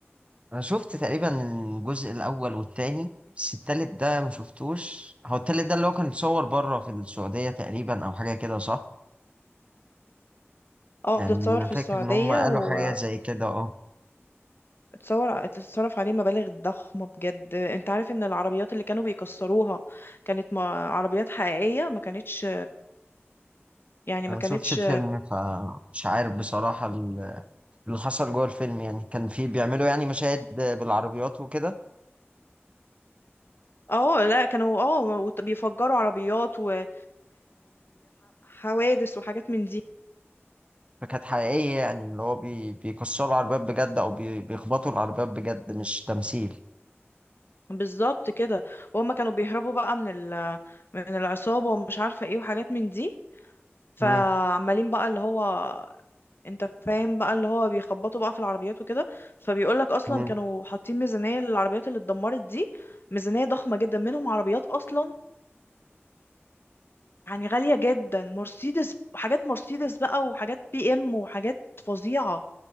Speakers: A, on the right; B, on the left.
A: انا شفت تقريبا الجزء الاول والتاني بس التالت ده ما شفتوش هو التالت ده اللي هو كان اتصور بره في السعوديه تقريبا او حاجه كده صح
B: اه
A: يعني
B: ده اتصور
A: انا
B: في السعودية
A: فاكر ان هم قالوا
B: و
A: حاجات زي كده اه
B: اتصور تتصرف عليه مبالغ ضخمة بجد انت عارف ان العربيات اللي كانوا بيكسروها كانت ما عربيات حقيقية ما كانتش يعني
A: انا
B: ما
A: ما
B: كانتش
A: شفتش الفيلم فمش عارف بصراحه اللي حصل جوه الفيلم يعني كان في بيعملوا يعني مشاهد بالعربيات وكده
B: اه لا كانوا اه وت- بيفجروا عربيات و وحوادث وحاجات من دي
A: فكانت حقيقية يعني اللي هو بي بيكسروا العربيات بجد أو بي بيخبطوا العربيات بجد مش تمثيل
B: بالظبط كده وهم كانوا بيهربوا بقى من ال... من العصابة ومش عارفة ايه وحاجات من دي فعمالين
A: مم.
B: بقى اللي هو انت فاهم بقى اللي هو بيخبطوا بقى في العربيات وكده فبيقولك اصلا
A: مم.
B: كانوا حاطين ميزانية للعربيات اللي اتدمرت دي ميزانية ضخمة جدا منهم عربيات اصلا يعني غالية جدا مرسيدس حاجات مرسيدس بقى وحاجات بي ام وحاجات فظيعة